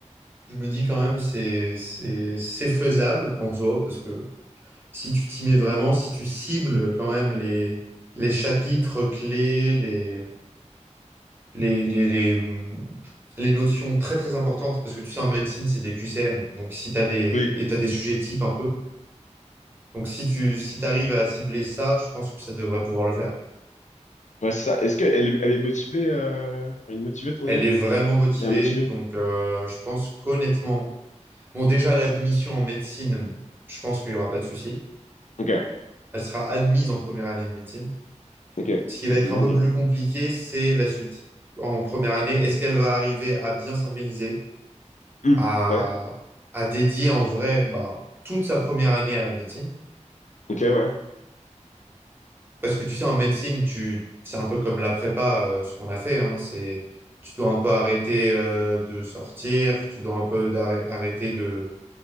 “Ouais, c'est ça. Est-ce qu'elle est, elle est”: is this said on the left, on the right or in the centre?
Left